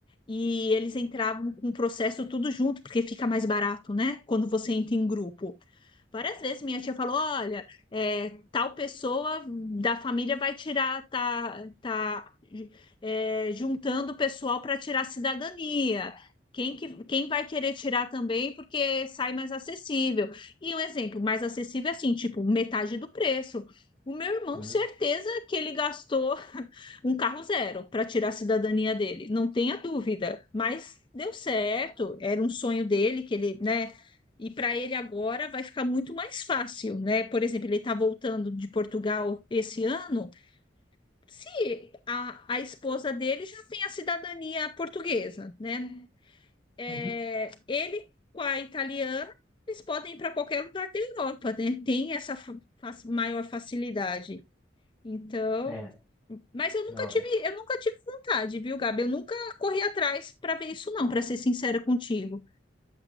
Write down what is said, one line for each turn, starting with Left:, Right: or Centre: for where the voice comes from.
Left: e eles entravam com o processo tudo junto, porque fica mais barato, né? Quando você entra em grupo. Várias vezes minha tia falou: olha, é, tal pessoa da família vai tirar, tá, tá é, juntando o pessoal para tirar a cidadania. Quem, que, quem vai querer tirar também porque sai mais acessível. E um exemplo mais acessível é assim, tipo, metade do preço. O meu irmão,
Centre: uhum,
Left: certeza que ele gastou um carro zero para tirar a cidadania dele, não tenha dúvida. Mas deu certo, era um sonho dele que ele, né? E para ele agora vai ficar muito mais fácil, né? Por exemplo, ele está voltando de Portugal esse ano. Se a, a esposa dele já tem a cidadania portuguesa, né? É,
Centre: uhum.
Left: ele com a italiana, eles podem ir para qualquer lugar da Europa, né? Tem essa fa- fa- maior facilidade. Então,
Centre: É,
Left: mas eu nunca
Centre: não,
Left: tive, eu nunca tive vontade, viu, Gabi? Eu nunca corri atrás para ver isso, não, para ser sincera contigo.